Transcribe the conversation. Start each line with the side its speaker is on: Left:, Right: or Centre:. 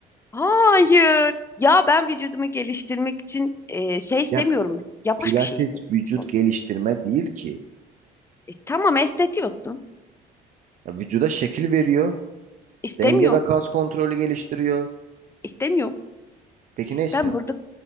Left: Hayır. Ya ben vücudumu geliştirmek için eee, şey istemiyorum.
Right: Ya
Left: Yavaş
Right: pilates
Left: bir şey istiyorum
Right: vücut
Left: sonra.
Right: geliştirme değil ki.
Left: E, tamam esnetiyorsun.
Right: Ya vücuda şekil veriyor.
Left: İstemiyorum.
Right: Denge ve kas kontrolü geliştiriyor.
Left: İstemiyorum.
Right: Peki ne istiyorsun?
Left: Ben burada